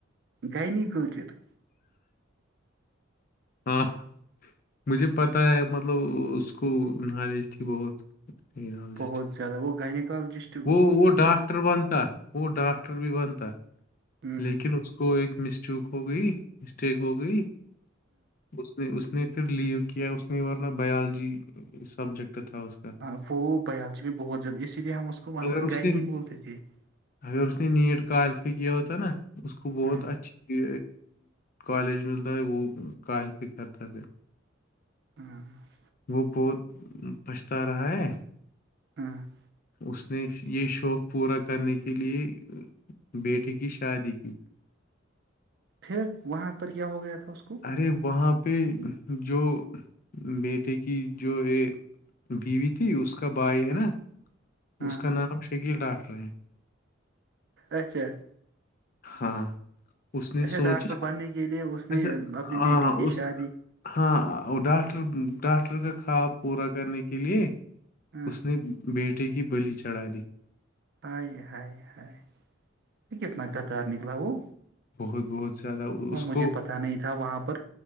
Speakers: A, on the right; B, on the left.
A: گینی گلچر <unintelligible>
B: ہاں مجھے پتہ ہے مطلب اس کو نالج تھی بہت <unintelligible> <unintelligible> نینال ڈسٹرک
A: بہت زیادہ وہ گائینیکالوجسٹ
B: وہ وہ ڈاکٹر بنتا وہ ڈاکٹر بھی بنتا
A: ہ
B: لیکن اس کو ایک مسٹوک ہو گئی مسٹیک ہو گئی اس اس نے پھر لیو کیا اس نے ورنہ بائیولوجی سبجیکٹ تھا اس کا
A: ہاں وہ بیالجی بھی بہت زیادہ اسی لیے ہم اس کو وہاں
B: اگر
A: پر
B: اس
A: گائے
B: نے
A: نہیں بولتے تھے <unintelligible>
B: اگر اس نے نیٹ کالفائی کیا ہوتا نا اس کو بہت
A: ہاں
B: اچھی کالج ملتا ہے وہ کوالیفائی کرتا ہے پھر
A: ہاں <unintelligible>
B: وہ بہت پچھتا رہا ہے
A: ہاں <unintelligible>
B: اس نے یہ شوق پورا کرنے کے لیے بیٹے کی شادی کی
A: پھر وہاں پر کیا ہو گیا تھا اس کو
B: ارے وہاں پہ جو بیٹے کی جو یہ بیوی تھی اس کا بھائی ہے
A: ہاں
B: نا
A: ہاں
B: اس کا نام شکیل ڈاکٹر ہے
A: اچھا
B: ہاں اس نے
A: اچھا
B: سوچا
A: ڈاکٹر بننے کے لیے اس نے
B: اچھا
A: اپنی
B: ہاں
A: بیٹی کی
B: اس
A: شادی
B: ہاں ڈاکٹر ڈاکٹر کا خواب پورا کرنے کے لیے
A: ہاں
B: اس نے بیٹے کی بلی چڑھا دی
A: ہائے ہائے ہائے کتنا غدار نکلا وہ
B: بہت بہت زیادہ اس
A: اور مجھے
B: کو
A: پتا نہیں تھا وہاں پر